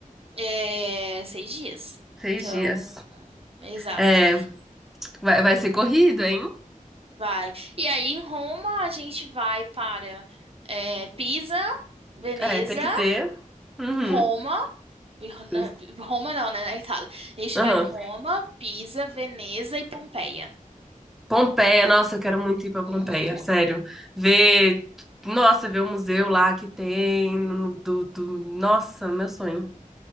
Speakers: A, on the right; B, in the centre.
A: é, seis dias.
B: Seis
A: Então,
B: dias.
A: exato,
B: É, vai, vai ser corrido, hein?
A: vai. E aí em Roma a gente vai para é, Pisa, Veneza.
B: É, tem que ter. Uhum,
A: Roma E Ro- Na-
B: justo.
A: Roma não, né? Na Itália. A gente
B: Aham.
A: vai Roma, Pisa, Veneza e Pompeia.
B: Pompeia, nossa, eu quero muito ir pra Pompeia,
A: Uhum.
B: sério. Ver, nossa, ver o museu lá que tem, no- do, do, nossa, meu sonho.